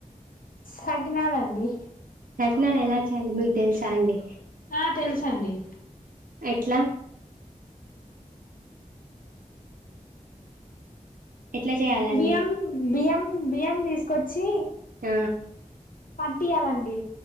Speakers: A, on the left; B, on the right.
A: తగినాలండి
B: కట్నాలు ఎలా చేయాలి మీకు తెలుసా అండి
A: ఆ తెలుస అండి
B: ఎట్లా ఎట్లా చేయాలండి
A: బయం బయమ్ బియ్యం తీసుకొచ్చి
B: ఆ
A: పటీయ్యాలండి